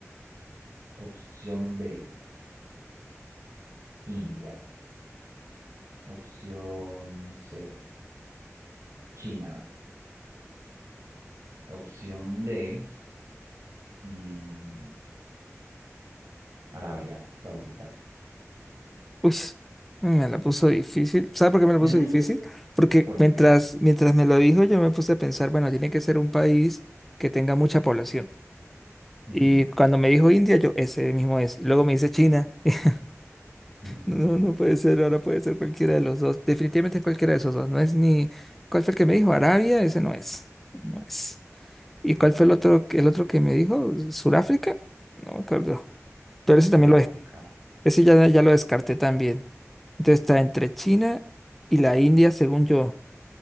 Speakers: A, on the right; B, in the centre.
A: Opción B, India. Opción C, China. Opción D, mm, Arabia Saudita.
B: Uy, me la puso difícil. ¿Sabes por qué me la
A: <laughs>
B: puso difícil? Porque
A: ¿Por
B: mientras,
A: qué?
B: mientras me lo dijo, yo me puse a pensar, bueno, tiene que ser un país que tenga mucha población.
A: Ujú.
B: Y cuando me dijo India, yo ese mismo es. Y luego me dice China. <laughs>
A: <laughs>
B: No, no puede ser, ahora puede ser cualquiera de los dos. Definitivamente es cualquiera de esos dos. No es ni. ¿Cuál fue el que me dijo? Arabia, ese no es. No es. ¿Y cuál
A: Ujú.
B: fue el otro, el otro que me dijo? ¿Suráfrica? No me acuerdo. Pero ese también
A: Sudáfrica.
B: lo es. Ese ya, ya lo descarté también. Entonces está entre China y la India, según yo.